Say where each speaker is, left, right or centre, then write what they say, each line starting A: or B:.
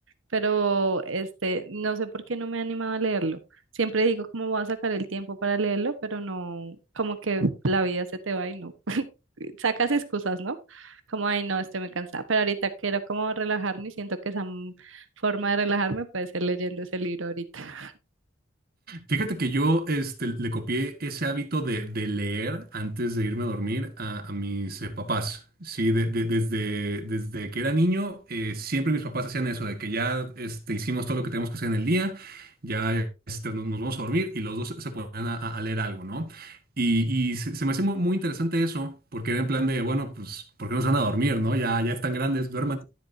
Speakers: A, on the right; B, on the right.
A: pero este, no sé por qué no me he animado a leerlo. Siempre digo cómo voy a sacar el tiempo para leerlo, pero no, como que la vida se te va y no. <laughs> Sacas excusas, ¿no? Como, ay, no, estoy muy cansada. Pero ahorita quiero como relajarme y siento que esa m- forma de relajarme puede ser leyendo ese libro ahorita. <laughs>
B: Fíjate que yo este, le copié ese hábito de, de leer antes de irme a dormir a, a mis eh, papás. Sí, de- de- desde, desde que era niño, eh, siempre mis papás hacían eso, de que ya este, hicimos todo lo que teníamos que hacer en el día, ya este, nos, nos vamos a dormir y los dos se ponían a, a leer algo, ¿no? Y, y se, se me hacía muy, muy interesante eso, porque era en plan de, bueno, pues, ¿por qué no se van a dormir, no? Ya, ya están grandes, duerman